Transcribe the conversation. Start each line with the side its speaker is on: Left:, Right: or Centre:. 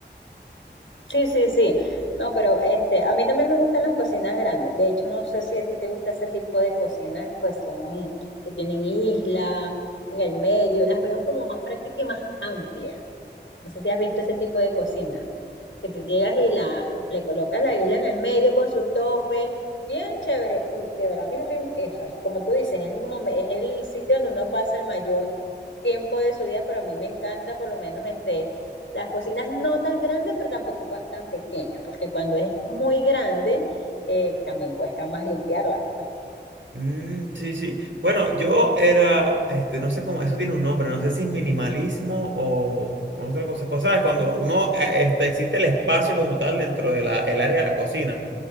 Left: Sí, sí, sí. No, pero este, a mí también me gustan las cocinas grandes. De hecho, no sé si a ti te gusta ese tipo de cocinas que son, que tienen isla en el medio. Las veo como más prácticas y más amplias. No sé si has visto ese tipo de cocina, que tú llegas y la, le colocas la isla en el medio con su tope, bien chévere. Y de verdad, a mí también, eso es, como tú dices, es el, momen- es el sitio donde uno pasa el mayor tiempo de su día, pero a mí me encanta por lo menos este, las cocinas no tan grandes, pero tampoco pa- tan pequeñas, porque cuando es muy grande, eh, también cuesta más limpiarla, pues.
Right: Mm, sí, sí. Bueno, yo era, este, no sé cómo, eso tiene un nombre, no sé si es minimalismo o otra cosa. Cosa es cuando uno, eh, este, existe el espacio como tal dentro de la, el área de la cocina